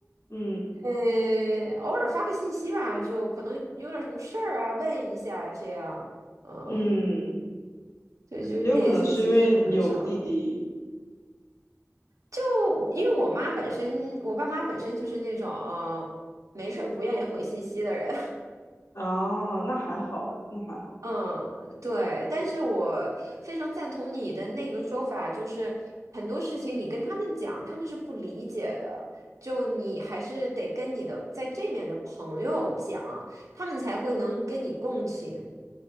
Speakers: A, on the left; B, on the right.
A: 嗯
B: 呃偶尔发个信息吧，就可能有点什么事儿啊，问一下这样，嗯，
A: 嗯，
B: 对，就联系其实还蛮少的。
A: 也有可能是因为你有个弟弟。
B: 就我因为我妈本身，我爸妈本身就是那种，呃没事儿不愿意回信息的人，
A: 啊，那还好，那还好。
B: 嗯，对，但是我非常赞同你的那个说法，就是很多事情你跟他们讲，他们是不理解的，就你还是得跟你的在这面的朋友讲，他们才会能跟你共情，